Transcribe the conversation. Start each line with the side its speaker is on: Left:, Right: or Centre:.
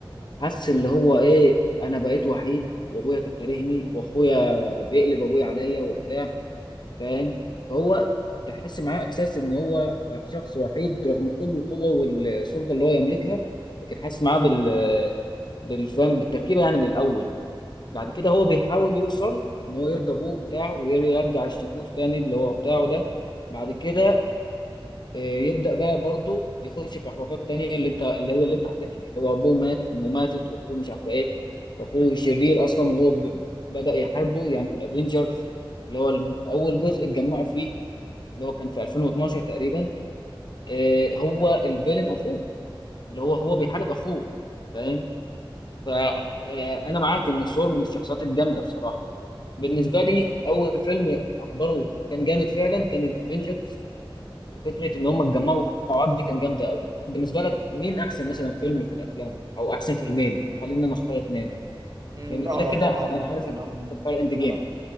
Left: حس اللي هو إيه أنا بقيت وحيد وأبويا كارهني وأخويا بيقلب أبويا عليا وبتاع فاهم فهو تحس معاه احساس ان هو شخص وحيد رغم كل القوه والسلطه اللي هو يملكها لكن حاسس معاه بال بالفهم بالتركيبه يعني من الاول بعد كده هو بيحاول يوصل ان هو يرضى ابوه بتاعه ويرجع الشاكوش تاني اللي هو بتاعه ده بعد كده آه، يبدا بقى برضه يخش في احباطات تانيه اللي انت اللي هي اللي انت حكيتها دي اللي هو ابوه مات وامه ماتت واخوه مش عارف ايه واخوه شرير اصلا وهو ب- بدا يحاربه يعني في الافينجرز اللي هو الج- اول جزء اتجمعوا فيه اللي هو كان في 2012 تقريبا آه، هو الفيلن اخوه اللي هو هو بيحارب اخوه فاهم فانا معاك ان سور من الشخصيات الجامده بصراحه بالنسبه لي اول فيلم احضره وكان جامد فعلا كان الافينجرز فكره ان هم اتجمعوا مع بعض دي كان جامده قوي بالنسبه لك مين احسن مثلا فيلم في الافلام او احسن فيلمين خلينا نختار اتنين
Right: مم،
Left: لان
Right: لا
Left: كده
Right: هو
Left: كده
Right: طبعا
Left: انا عارف
Right: انا
Left: إن
Right: م-
Left: إنت بتختار اند جيم
Right: انا م-